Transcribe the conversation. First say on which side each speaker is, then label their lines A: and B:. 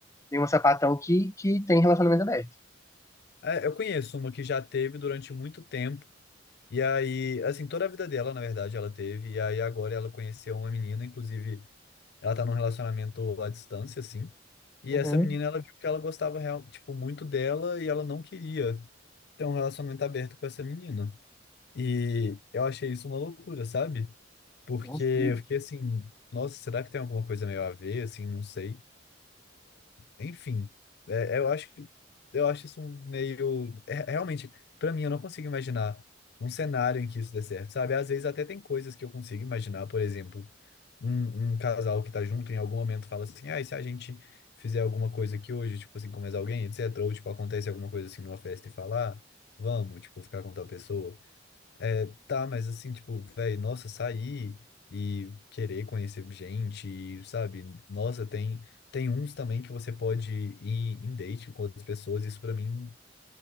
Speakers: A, on the left; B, on the left.
A: nenhuma sapatão que, que tem relacionamento aberto.
B: É, eu conheço uma que já teve durante muito tempo, e aí, assim, toda a vida dela, na verdade, ela teve, e aí agora ela conheceu uma menina, inclusive, ela tá num relacionamento à distância, assim, e
A: Uhum.
B: essa menina, ela viu que ela gostava, real, tipo, muito dela, e ela não queria ter um relacionamento aberto com essa menina. E eu achei isso uma loucura, sabe? Porque
A: Nossa,
B: eu
A: e-
B: fiquei assim, nossa, será que tem alguma coisa meio a ver, assim, não sei. Enfim, é, eu acho que eu acho isso um meio é- realmente, pra mim eu não consigo imaginar um cenário em que isso dê certo, sabe? Às vezes até tem coisas que eu consigo imaginar, por exemplo, um, um casal que tá junto em algum momento fala assim: "Ah, e se a gente fizer alguma coisa aqui hoje, tipo assim, comer alguém, etc." Ou tipo acontece alguma coisa assim numa festa e falar: "Vamos, tipo, ficar com tal pessoa." É, tá, mas assim, tipo, velho, nossa, sair e querer conhecer gente, e, sabe? Nossa, tem tem uns também que você pode ir em date com outras pessoas, isso pra mim